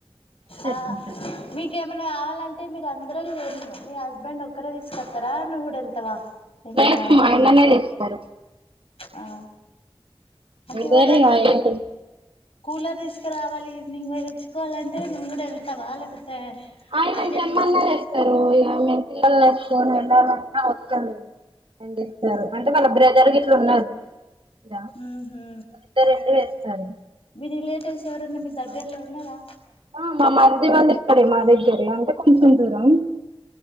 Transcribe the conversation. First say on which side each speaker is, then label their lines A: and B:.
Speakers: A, on the right; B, on the left.
A: సరిపోతది
B: ఆ ఇంకేమన్నా కావాలంటే మీరు అందరూ వెళ్తారా మీ హస్బెండ్ ఒక్కరే తీసుకస్తారా నువ్వు కూడా వెళ్తావా ఏమన్నా
A: లేదు మా ఆయననే తెస్తారు
B: ఆ యువర్
A: వేరే
B: దాకా
A: ఏంటి
B: కూలర్ తీసుకోలే రావాలి ఈవినింగ్ వరకు తెచ్చుకోవాలి వస్తే నువ్వు కూడా వెళ్తావా లేకపోతే
A: ఆయనను
B: ఆయననే
A: తెమ్మన్నా
B: తీస్
A: తెచ్చిస్తారు ఇక నేను పిల్లలను పట్టుకొని వెళ్లాలన్న అవ్వదు ఏంటి అంటే వాళ్ళ బ్రదర్ ఇట్లు ఉన్నారు ఇలా
B: ఉ హు
A: ఇద్దరెళ్ళి తెస్తారు
B: విరిలే కొట్టేసేవారు ఎవరన్నా మీ దగ్గరలో ఉన్నారా
A: ఆ మా మరిది వాళ్లు ఇక్కడే మా దగ్గరే అంటే ఆ కొంచెం దూరం